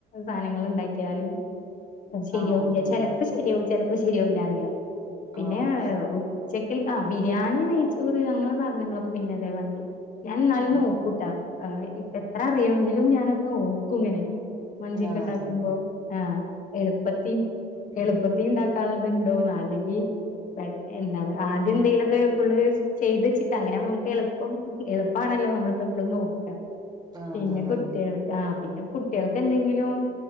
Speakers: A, on the left; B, on the right.
A: സാധനങ്ങള് ഇണ്ടാക്കിയാലും അത് ശരിയാവില്ല
B: ആവൂല
A: ചെലപ്പോ ശെരിയാവും ചെലപ്പോ ശെരിയാവില്ല അങ്ങനെ പിന്നെ
B: ആഹ്
A: ഉചെക്കൽക്ക ബിരിയാണി നെയ്ചോറ് അങ്ങനെ സാധനങ്ങളൊക്കെ പിന്നെ ഇതേ മാതിരി ഞാൻ എന്നാലും
B: ഉം
A: നോക്കൂട്ടാ എത്ര
B: ഉം
A: അറിയുങ്കിലും ഞാനൊന്ന് നോക്കുംങ്ങനെ മന്ത്യൊക്കെ
B: ഉം ആ
A: ഇണ്ടാക്കുമ്പോ
B: അതന്നെ
A: ആഹ് എളുപ്പത്തി
B: ഉം
A: എളുപ്പത്തി ഇണ്ടാക്കാള്ളത്ണ്ടോന്ന അല്ലെങ്കി പെട്ട എന്താണ് ആദ്യം എന്തെങ്കിലൊക്കെ ഫുള്ള് ചെയ്ത് വെച്ചിട്ട് അങ്ങനെ നമ്മുക്ക് എളുപ് പ്പം എളുപ്പാണല്ലോ നമ്മളിപ്പോ എപ്പഴും നോക്കാ
B: ആഹ്
A: പിന്നെ
B: അതെ അതെ
A: കുട്ട് ട്ട്യോൾക്ക് ആഹ് പിന്നെ കുട്ട്യോൾക്ക് എന്തെങ്കിലും